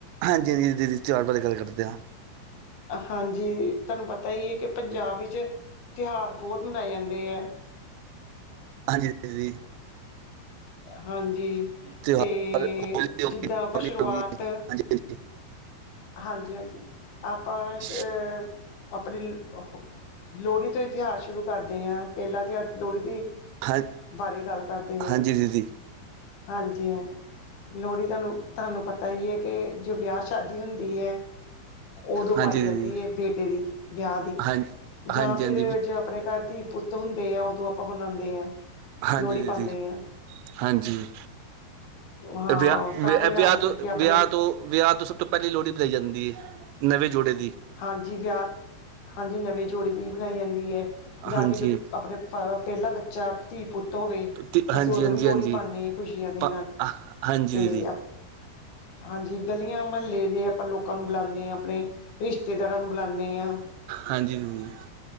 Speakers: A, on the right; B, on the left.
A: ਹਾਂਜੀ ਹਾਂਜੀ ਦੀਦੀ ਤਿਉਹਾਰ ਬਾਰੇ ਗੱਲ ਕਰਦੇ ਹਾਂ।
B: ਹਾਂਜੀ ਤੁਹਾਨੂੰ ਪਤਾ ਹੀ ਹੈ ਕਿ ਪੰਜਾਬ ਵਿੱਚ ਤਿਉਹਾਰ ਬਹੁਤ ਮਨਾਏ ਜਾਂਦੇ ਹੈ
A: ਹਾਂਜੀ ਨਵੀ
B: ਹਾਂਜੀ
A: ਤਿਉਹਾਰ
B: ਤੇ
A: ਹੋਲੀ ਹੋ
B: ਜਿੱਦਾਂ
A: ਗਈ ਦੀਵਾਲੀ
B: ਆਪਾਂ ਸ਼ੁਰੂਆਤ
A: ਹੋ ਗਈ ਹਾਂਜੀ
B: ਹਾਂਜੀ ਹਾਂਜੀ ਆਪਾਂ
A: ਹਾਂਜੀ
B: ਅ ਆਪਣੀ ਲੋਹੜੀ ਤੋਂ ਹੀ ਤਿਉਹਾਰ ਸ਼ੁਰੂ ਕਰਦੇ ਹਾਂ, ਪਹਿਲਾ ਤਿਉਹਾਰ ਲੋਹੜੀ ਤੇ ਹੀ
A: ਹਾਂ
B: ਬਾਰੇ ਗੱਲ ਕਰਦੇ ਆਂ,
A: ਹਾਂਜੀ ਦੀਦੀ
B: ਹਾਂਜੀ ਹਾਂ ਲੋਹੜੀ ਤੁਹਾਨੂੰ ਤੁਹਾਨੂੰ ਪਤਾ ਹੀ ਏ ਕੇ, ਜੋ ਵਿਆਹ ਸ਼ਾਦੀ ਹੁੰਦੀ ਏ। ਉਦੋਂ
A: ਹਾਂਜੀ
B: ਪਾਈ ਜਾਂਦੀ
A: ਹਾਂਜੀ ਦੀਦੀ
B: ਏ, ਬੇਟੇ ਦੀ ਵਿਆਹ ਦੀ
A: ਹਾਂ ਹਾਂਜੀ
B: ਜਾਂ ਫਿਰ
A: ਹਾਂਜੀ ਵੀ-
B: ਜ ਆਪਣੇ ਘਰ ਧੀ ਪੁੱਤ ਹੁੰਦੇ ਆ ਉਦੋਂ ਆਪਾਂ ਮਨਾਉਂਦੇ ਹਾਂ।
A: ਹਾਂਜੀ
B: ਲੋਹੜੀ
A: ਦੀਦੀ
B: ਪਾਉਂਦੇ ਹਾਂ
A: ਹਾਂਜੀ
B: ਹਾਂ
A: ਵਿਆਹ
B: ਸਾਰੇ ਰਲ
A: ਵਿਆਹ ਤੋਂ
B: ਮਿਲ ਕੇ ਆਪਣੇ
A: ਵਿਆਹ ਤੋਂ ਵਿਆਹ ਤੋਂ ਸਭ ਤੋਂ ਪਹਿਲੀ ਲੋਹੜੀ ਮਨਾਈ ਜਾਂਦੀ ਏ, ਨਵੇਂ ਜੋੜੇ ਦੀ।
B: ਹਾਂਜੀ ਵਿਆਹ, ਹਾਂਜੀ ਨਵੇਂ ਜੋੜੇ ਦੀ ਬਣਾਈ ਜਾਂਦੀ ਐ ਜਾਂ
A: ਹਾਂਜੀ
B: ਫਿਰ ਆਪਣੇ ਪ-ਪਹਿਲਾ ਬੱਚਾ ਧੀ ਪੁੱਤ ਹੋਵੇ।
A: ਤੇ
B: ਅਸੀਂ
A: ਹਾਂਜੀ
B: ਉਦੋਂ
A: ਹਾਂਜੀ
B: ਵੀ ਲੋਹੜੀ
A: ਹਾਂਜੀ
B: ਪਾਨੇ ਆਂ ਖੁਸ਼ੀਆਂ ਦੇ
A: ਪ
B: ਨਾਲ।
A: ਹਾਂਜੀ
B: ਤੇ
A: ਦੀਦੀ
B: ਅ ਹਾਂਜੀ ਗਲੀਆਂ ਮਹੱਲੇ ਦੇ ਆਪਾਂ ਲੋਕਾਂ ਨੂੰ ਬੁਲਾਉਂਦੇ ਹਾਂ ਆਪਣੇ ਰਿਸ਼ਤੇਦਾਰਾਂ ਨੂੰ ਬੁਲਾਉਂਨੇ ਆਂ।
A: ਹਾਂਜੀ ਦੀਦੀ